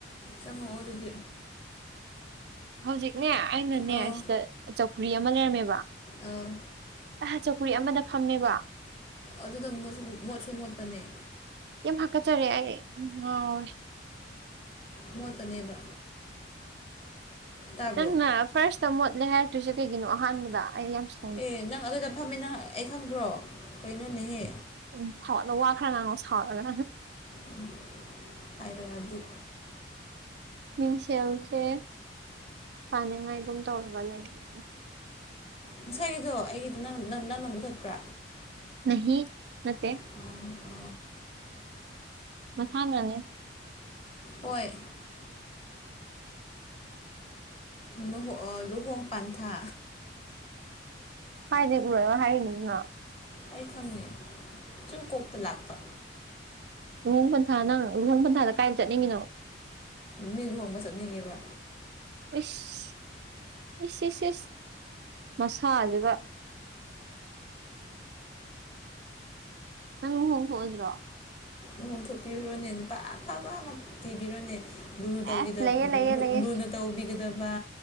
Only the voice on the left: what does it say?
ꯆꯪꯉꯛꯑꯣ ꯑꯗꯨꯗꯤ
ꯑꯧ
ꯑꯥ
ꯑꯗꯨꯗꯪ ꯃꯣꯠꯁꯨ ꯃꯣꯠꯁꯨ ꯃꯣꯠꯄꯅꯦ
ꯃꯣꯠꯄꯅꯦꯕ ꯇꯥꯕ꯭ꯔꯣ
ꯑꯦ ꯅꯪ ꯑꯗꯨꯗ ꯐꯝꯃꯤꯅ‌ ꯑꯩ ꯈꯪꯕ꯭ꯔꯣ ꯀꯩꯅꯣꯅꯦꯍꯦ
ꯎꯝ ꯍꯥꯏꯔ‌ꯑꯗꯤ
ꯉꯁꯥꯏꯒꯤꯗꯣ ꯑꯩꯒꯤꯗꯤ ꯅ ꯅ ꯅꯪꯅ ꯃꯨꯊꯠꯄ꯭ꯔꯥ
ꯑꯣ
ꯍꯣꯏ ꯂꯨꯍ‌ꯣ ꯂꯨꯍꯣꯡ ꯄꯥꯟꯊꯥ
ꯑꯩ ꯈꯪꯉꯦ ꯁꯨꯝ ꯀꯣꯛꯇ ꯂꯥꯛꯄ
ꯃꯤ ꯂꯨꯍꯣꯡꯕ ꯆꯠꯅꯤꯡꯉꯦꯕ
ꯂꯨꯍꯣꯡꯊꯣꯛꯄꯤꯔꯨꯔꯣꯅꯦ ꯅꯨꯄꯥ ꯑꯐꯕ ꯑꯃ ꯊꯤꯕꯤꯔꯣꯅꯦ ꯂꯨꯅ ꯇꯧꯕꯤꯗꯕ
ꯂꯨ
ꯂꯨꯅ ꯇꯧꯕꯤꯒꯗꯕ